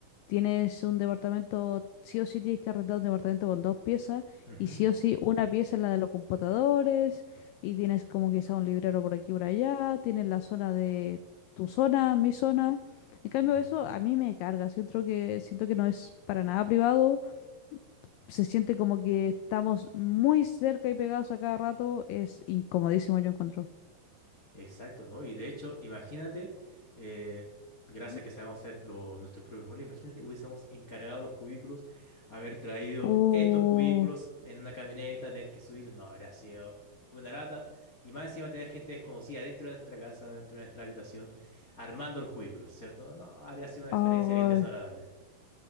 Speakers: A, on the left; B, on the left.
A: Tienes un departamento, sí o sí tienes que arrendar un departamento con dos piezas
B: Ujú,
A: y sí o sí una pieza es la de los computadores y tienes como quizá un librero por aquí por allá, tienes la zona de tu zona, mi zona. En cambio,
B: ujú.
A: eso a mí me carga. Siento que, siento que no es para nada privado. Se siente como que estamos muy cerca y pegados a cada rato. Es incomodísimo, yo encuentro.
B: Exacto, ¿no? Y de hecho, imagínate, eh, gracias
A: Ujú.
B: a que sabemos hacer lo- nuestros propios muebles, imagínate, hubiésemos encargado los cubículos, haber traído
A: Oh,
B: estos cubículos en una camioneta, tener que subirlos, no, habría sido una lata. Y más encima tener gente desconocida dentro de nuestra casa, dentro de nuestra habitación, armando los cubículos, ¿cierto? No, habría sido una
A: ah,
B: experiencia bien desagradable.